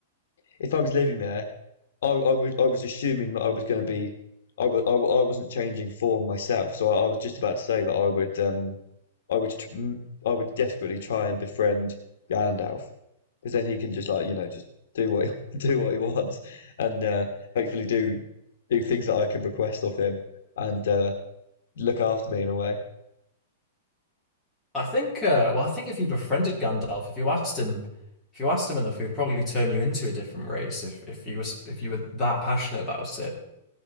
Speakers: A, on the left; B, in the centre.
A: if I was living there, I, I was I was assuming that I was going to be, I, wa- I wa- I wasn't changing form myself. So I, I was just about to say that I would um, I would tr- m- I would desperately try and befriend Gandalf because then he can just like you know just do what he, <laughs> do what he wants and uh, hopefully do do things that I can request of him and uh, look after me in a way.
B: I think. Uh, well, I think if you befriended Gandalf, if you asked him, if you asked him enough, he would probably turn you into a different race if if you were s- if you were that passionate about it.